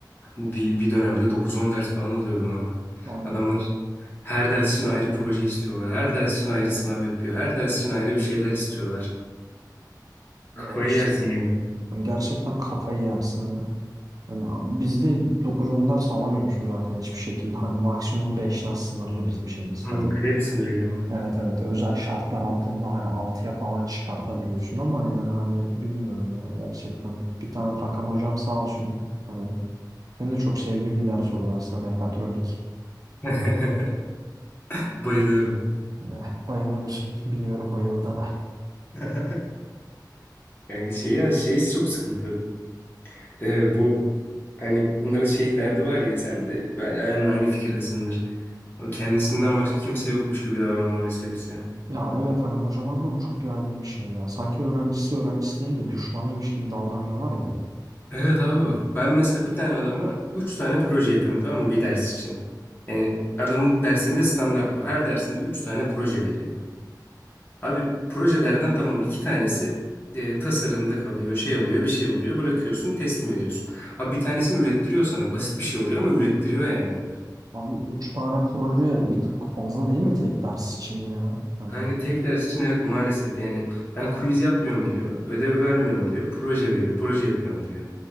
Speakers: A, on the left; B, on the right.
A: bir, bir dönemde dokuz on ders falan alıyordum abi.
B: Abi
A: Adamlar her ders için ayrı proje istiyorlar. Her ders için ayrı sınav yapıyor. Her ders için ayrı bir şeyler istiyorlar. Kafayı
B: evet işte
A: yersin yani.
B: hani gerçekten kafayı yersin hani. Hani bizde dokuz onlar sağlamıyorsun zaten hiçbir şekilde. Hani maksimum beşten sınırlı bizim şeyimiz.
A: Hmm,
B: Hadi
A: kredi sınırıyla mı?
B: Evet evet özel şartlar altında hani altıya falan çıkartabiliyorsun ama yani hani bilmiyorum ya gerçekten. Bir tane Takan hocam sağ olsun. Hani senin de çok sevdiğim bir ders olur aslında mekatronik.
A: <laughs> Bayılıyorum.
B: Hani bayılıyorsun biliyorum bayıldığına.
A: <laughs> Yani şey ya şey çok sıkıntı. Ee, bu hani bunların şey derdi var ya sen de ben aynı, aynı fikirdesindir. O kendisinden başka kimse yokmuş gibi davranma meselesi.
B: Ya evet hani hocalarda bu çok yaygın bir şey ya. Sanki öğrencisi öğrencisi değil de düşmanıymış gibi davranıyorlar ya.
A: Evet abi
B: Hani
A: bak ben mesela bir tane adama üç tane proje yapıyorum tamam mı bir ders için. Yani adamın dersinde standart bu. Her dersinde üç tane proje veriyor. Abi projelerden tamam iki tanesi e, tasarımda kalıyor, şey oluyor, bir şey oluyor, bırakıyorsun, teslim ediyorsun. Abi bir tanesini ürettiriyor sana, basit bir şey oluyor ama ürettiriyor yani herif.
B: abi 3 tane proje bir tık fazla değil mi tek ders için ya? Hani
A: Hangi tek ders için evet maalesef yani ben quiz yapmıyorum diyor, ödev vermiyorum diyor, proje veriyor, proje yapıyorum diyor.